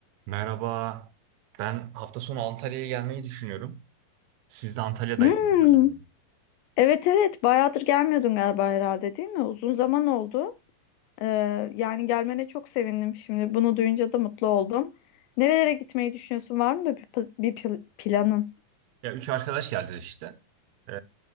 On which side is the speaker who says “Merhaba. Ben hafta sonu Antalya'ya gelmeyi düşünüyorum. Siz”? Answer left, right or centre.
Right